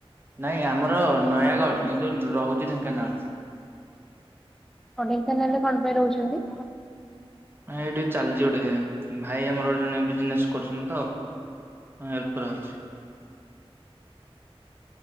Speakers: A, on the right; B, in the centre.
A: ନାଇଁ ଆମର ନୟାଗଡ଼ କିନ୍ତୁ ରହୁଛି ଢେଙ୍କାନାଳ।
B: ହଁ ଢେଙ୍କାନାଳରେ କଣ ପାଇଁ ରହୁଛନ୍ତି?
A: ନାଇଁ ଏଇଠି ଚାଲିଛି ଗୋଟେ ଭାଇ ଆମର ଗୋଟେ ଜଣେ ବିଜନେସ କରୁଛନ୍ତି ତ। ହେଲ୍ପ କରାହଉଛି।